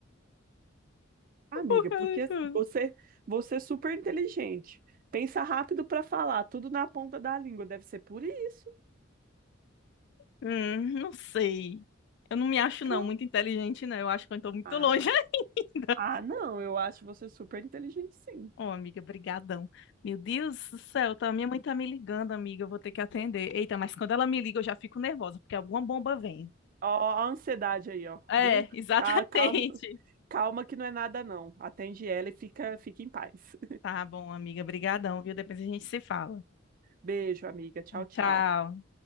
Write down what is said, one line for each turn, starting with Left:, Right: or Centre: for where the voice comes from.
Left: <laughs>
Right: Ah, amiga,
Left: por causa
Right: porque
Left: de tudo.
Right: assim, você, você é super inteligente. Pensa rápido para falar, tudo na ponta da língua, deve ser por isso.
Left: Hum, não sei. Eu não me acho,
Right: Claro.
Left: não, muito inteligente, não. Eu acho que eu estou muito
Right: Ah,
Left: longe <laughs> ainda.
Right: ah, não, eu acho você super inteligente, sim.
Left: Ô, amiga, brigadão. Meu Deus do céu, tá, minha mãe tá me ligando, amiga, eu vou ter que atender. Eita, mas quando ela me liga, eu já fico nervosa, porque alguma bomba vem.
Right: Ó, a ansiedade aí, ó,
Left: É,
Right: viu?
Left: exatamente.
Right: Ca- Calma, calma que não é nada, não. Atende ela e fica, fica em paz.
Left: Tá bom, amiga. Brigadão, viu? Depois a gente se fala.
Right: <laughs> Beijo, amiga. Tchau, tchau.
Left: Tchau.